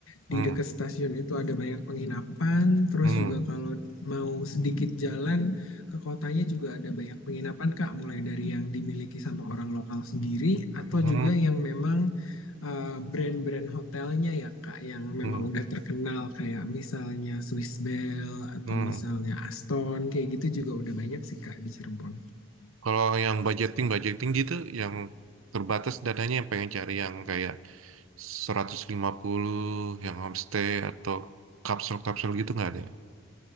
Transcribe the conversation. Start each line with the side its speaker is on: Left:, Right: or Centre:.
Left: Di
Right: hmm,
Left: dekat stasiun itu ada banyak penginapan, terus
Right: hmm,
Left: juga kalau mau sedikit jalan ke kotanya juga ada banyak penginapan Kak, mulai dari yang dimiliki sama orang lokal sendiri atau
Right: hmm,
Left: juga yang memang eh, brand-brand hotelnya ya Kak yang memang
Right: hmm,
Left: udah terkenal kayak misalnya Swiss Bell atau
Right: hmm.
Left: misalnya Aston kayak gitu juga udah banyak sih Kak di Cirebon.
Right: Kalau yang budgeting budgeting gitu yang terbatas dananya yang pengen cari yang kayak 150, yang homestay atau kapsul-kapsul gitu nggak ada ya?